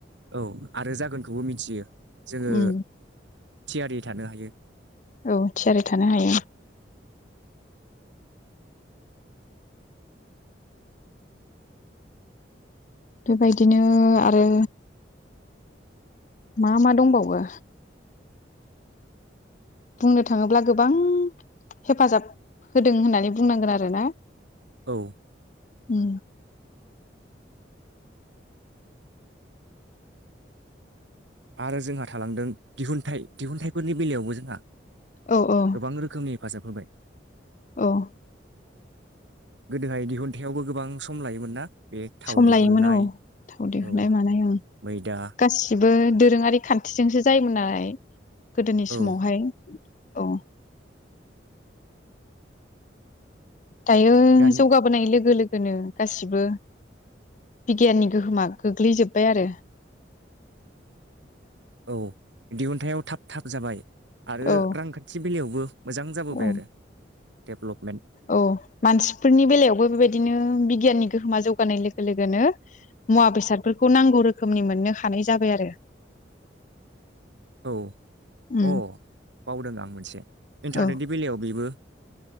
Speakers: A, on the right; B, on the left.
A: औ आरो जागोनखौबो मिथियो जोङो
B: उम
A: थियारि थानो हायो।
B: औ थियारि थानो हायो? बेबायदिनो आरो मा मा दंबावो बुंनो थाङोब्ला गोबां हेफाजाब होदों होननानै बुंनांगोन आरोना।
A: औ
B: उम
A: आरो जोंहा थालांदों दिहुनथाइ दिहुनथाइफोरनि बेलायावबो जोंहा
B: औ औ
A: गोबां रोखोमनि हेफाजाब होबाय
B: औ
A: गोदोहाय दिहुनथायाइावबो गोबां सम लायोमोन ना बे थाव
B: सम
A: दिहुननाय
B: लायोमोन औ थाव दिहुननाय
A: औ
B: मानाय ओं
A: मैदा
B: गासिबो दोरोङारि खान्थिजोंसो जायोमोन नालाय गोदोनि
A: औ
B: समावहाय अ दायो
A: दानि
B: जौगाबोनाय लोगो लोगो दोनो गासिबो बिगियाननि गोहोमा गोग्लैजोब्बाय आरो
A: औ दिहुनथायाव थाब थाब जाबाय आरो
B: औ
A: रांखान्थि बेलायावबो मोजां जाबोबाय
B: औ
A: आरो देबलभमेनट
B: औ मानसिफोरनि बेलायावबो बेबायदिनो बिगियाननि गोहोमा जौगानाय लोगो लोगोनो मुवा बेसादफोरखौ नांगौ रोखोमनि मोननो हानाय जाबाय आरो
A: औ
B: उम
A: अ बावदों आं मोनसे इन्टारनेटनि
B: औ
A: बेलायाव बेबो